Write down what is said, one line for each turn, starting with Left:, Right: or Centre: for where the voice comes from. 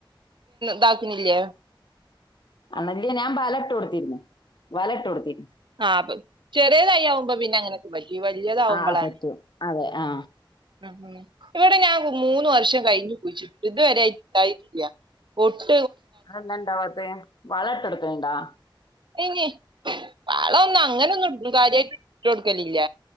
Right: ദാക്കിണില്ലേ
Left: അന്നല്യേ ഞാൻ വല ഇട്ട് കൊടുത്തിരുന്നു വല ഇട്ട് കൊടുത്തി
Right: ആ അപ്പൊ ചെറിയതയ്യാവുമ്പോ പിന്നെ അങ്ങനെയൊക്കെ പറ്റും ഇ വലിയതാവുമ്പോളാണ്
Left: ആ പറ്റും അതെ ആ
Right: ഉ ഇവിടെ ഞാൻ മൂന്ന് വർഷം കഴിഞ്ഞു കുഴിച്ചിട്ട് ഇതുവരെട്ടായട്ട് ഇണ്ടായിട്ടില്ല ഓട്ട്
Left: അത് എന്താ ഇണ്ടവാത്തെ വളം ഇട്ട് കൊടുക്കലുണ്ടോ
Right: ഇനി വളയൊന്നും അങ്ങനെന്നും കാര്യമായിട്ട് ഇട്ട് കൊടുക്കലില്ല